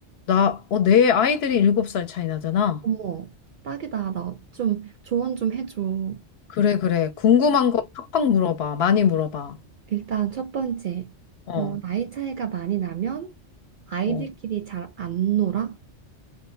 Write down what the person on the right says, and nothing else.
어머, 딱이다. 나 좀 조언 좀 해줘. 어.
일단 첫 번째,
어, 나이 차이가 많이 나면 아이들끼리
잘 안 놀아?